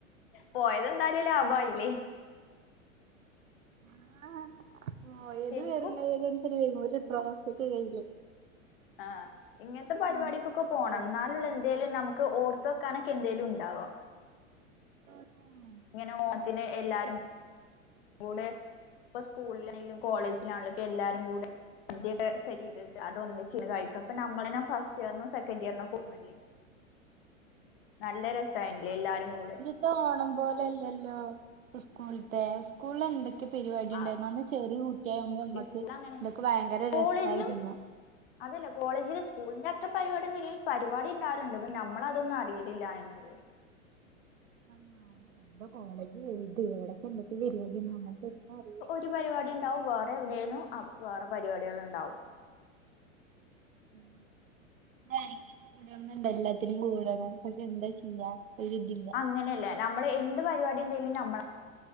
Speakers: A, on the left; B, on the right.
A: പോയതെന്തായാലും ലാഭായില്ലേ
B: ആഹ് പോയത്
A: ശരിക്കും
B: വെറുംകൈയോടേച്ചാലും <unintelligible> ട്രോഫ്‌യൊക്കേ കയ്യില്
A: ആഹ് ഇങ്ങൻത്തെ പരിപാടിക്കൊക്കെ
B: ആഹ്
A: പോണം
B: അതെ
A: ന്നാലൊള്ളൂ എന്തേലും നമുക്ക് ഓർ ത്ത് വെക്കാനൊക്കെ എന്തേലും ഉണ്ടാവോ.
B: ആഹ്
A: ഇങ്ങനെ ഓണത്തിന് എല്ലാരും കൂടെ ഇപ്പ സ്കൂളിലാണെങ്കിലും കോളേജിലാണെലുംക്കെ എല്ലാരും കൂടെ സദ്യക്കെ സെറ്റെയ്തിട്ട് അതൊന്നിച്ച് ന്ന് കഴിക്കാ. ഇപ്പ നമ്മെളെന്നെ ഫസ്റ്റ് ഇയറിനും സെക്കൻ്റിയറിനൊക്ക ഒന്നല്ലേ നല്ല രസായ്ന്നില്ലേ എല്ലാരും കൂടെ
B: ത്തോണം പോലെല്ലല്ലോ സ്കൂൾത്തെ. സ്കൂൾല് എന്തൊക്കെ പരിപാടി
A: ആ
B: ഉണ്ടായിരുന്നു അന്ന് ചെറിയ കുട്ടിയാകുമ്പോ നമ്മക്ക്
A: ഈ സ്കൂൾ അങ്ങനെ
B: ഇതൊക്കെ ഭയങ്കര
A: കോളേജിലും
B: രസായിരുന്നു.
A: അതല്ല കോളേജില് സ്കൂളിന്റെ അത്ര പരിപാട്യൊന്നു ഇല്ലെ പരിപാടി ണ്ടാവല്ണ്ട്. പ്പ നമ്മളതൊന്നും അറിയലില്ലാന്നെന്നേ ഉള്ളൂ.
B: ആഹ്. എന്ത കോളേജ് വൽത്. എവിടക്കെ എന്തെക്ക പരിപാട്യാന്ന് നമ്മക്കെങ്ങനെ അറിയാ.
A: റ്റ് പരിപാടി ണ്ടാവും. വേറെ എവിടെലും അ വേറെ പരിപാടിയേള് ണ്ടാവും.
B: ഉം. ആഹ് എനിക്ക് കൂടണംന്ന്ണ്ട്. എല്ലാത്തിനും കൂടണം. പക്ഷേ എന്താ ചെയ്യ ഒരു ഇതില്ല
A: ഇങ്ങനെല്ലെ നമ്മള് എന്ത് പരിപാടി ഇണ്ടേലും നമ്മള